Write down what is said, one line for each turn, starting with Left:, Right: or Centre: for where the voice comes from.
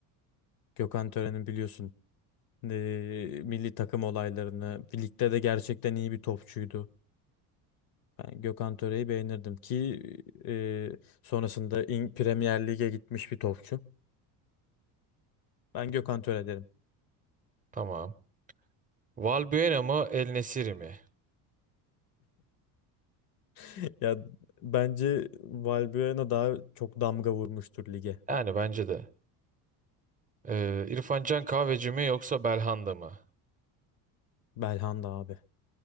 Left: Gökhan Töre'nin biliyorsun e, milli takım olaylarını ligde de gerçekten iyi bir topçuydu. Ben Gökhan Töre'yi beğenirdim ki e, sonrasında İng- Premier Lig'e gitmiş bir topçu. Ben Gökhan Töre derim.
Right: Tamam. Valbuena mı El Nesiri mi?
Left: <laughs> Ya bence Valbuena daha çok damga vurmuştur lige.
Right: Yani bence de. Ee, İrfan Can Kahveci mi yoksa Belhanda mı?
Left: Belhanda abi.